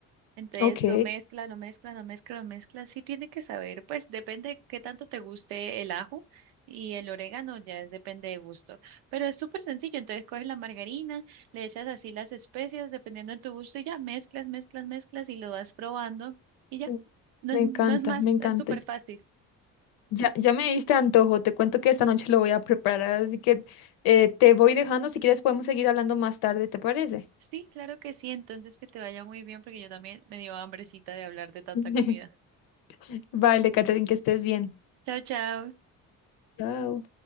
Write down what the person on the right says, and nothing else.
Entonces
lo mezcla, lo mezcla, lo mezcla, lo mezcla. Sí tiene que saber, pues depende qué tanto te guste el ajo y el orégano, ya es- depende de gusto. Pero es súper sencillo, entonces coges la margarina, le echas así las especias, dependiendo de tu gusto, y ya mezclas, mezclas, mezclas y lo vas probando y ya.
No
es,
no es más,
es súper fácil.
Sí, claro que sí, entonces que te vaya muy bien porque yo también me dio hambrecita de hablar de tanta
comida.
Chao, chao.